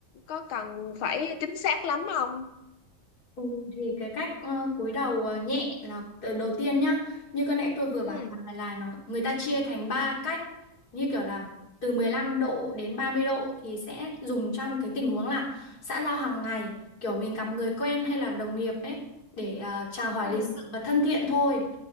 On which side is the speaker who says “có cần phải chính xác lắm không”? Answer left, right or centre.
Left